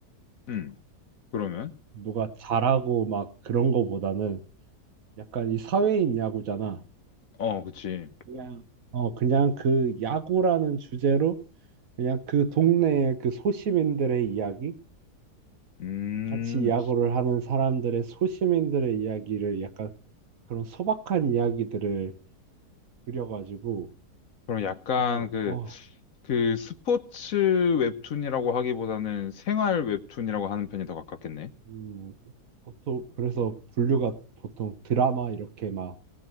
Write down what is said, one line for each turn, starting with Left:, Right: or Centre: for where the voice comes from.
Left: 음. 그러면?
Right: 누가 잘하고 막 그런 거보다는 약간 이 사회인 야구잖아.
Left: 어, 그치.
Right: 그냥 어 그냥 그 야구라는 주제로 그냥 그 동네의 그 소시민들의 이야기,
Left: 음,
Right: 같이 야구를 하는 사람들의 소시민들의 이야기를 약간 그런 소박한 이야기들을 그려가지고
Left: 그럼 약간
Right: 그냥
Left: 그,
Right: 어
Left: 그 스포츠 웹툰이라고 하기보다는 생활 웹툰이라고 하는 편이 더 가깝겠네.
Right: 음, 보통 그래서 분류가 보통 드라마 이렇게 막